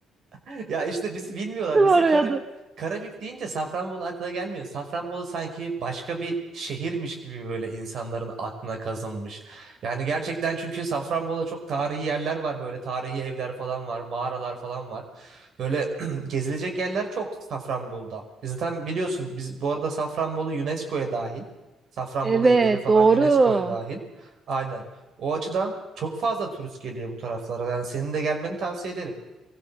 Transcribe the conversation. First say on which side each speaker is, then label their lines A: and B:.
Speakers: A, on the right; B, on the right.
A: <laughs> Ya işte bizi bilmiyorlar. Bizi
B: oraya
A: Kara,
B: da.
A: Karabük deyince Safranbolu aklına gelmiyor. Safranbolu sanki başka bir şehirmiş gibi böyle insanların aklına kazınmış. Yani gerçekten çünkü Safranbolu'da çok tarihi yerler var böyle. Tarihi evler falan var, mağaralar falan var. Böyle <clears throat> gezilecek yerler çok Safranbolu'da. Biz Zaten biliyorsun biz bu arada Safranbolu UNESCO'ya dahil. Safranbolu
B: Evet,
A: evleri falan
B: doğru.
A: UNESCO'ya dahil. Aynen. O açıdan çok fazla turist geliyor bu taraflara. Yani senin de gelmeni tavsiye ederim.